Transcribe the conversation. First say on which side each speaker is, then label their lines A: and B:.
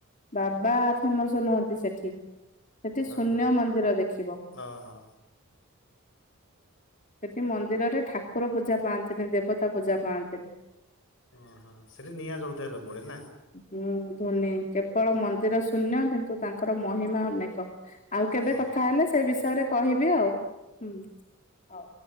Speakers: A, on the left; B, on the left.
A: ବାବା ଫେମସ୍ ନୁହନ୍ତି ସେଠି। ସେଠି ଶୂନ୍ୟ
B: ଓହୋ
A: ମନ୍ଦିର ଦେଖିବ।
B: ଓହୋ
A: ସେଠି ମନ୍ଦିରରେ ଠାକୁର ପୂଜା ପାଆନ୍ତିନି ଦେବତା ପୂଜା ପାଆନ୍ତିନି।
B: ଓହୋ! ସେଠି ନିଆଁ ଜଳୁଥାଏ ସବୁବେଳେ। ନା?
A: ହୁଁ, ଧୋନି କେବଳ ମନ୍ଦିର ଶୂନ୍ୟ କିନ୍ତୁ ତାଙ୍କର ମହିମା ଅନେକ। ଆଉ କେବେ
B: ହଁ
A: କଥା ହେଲେ ସେ ବିଷୟରେ କହିବି ଆଉ। ହୁଁ ହଉ।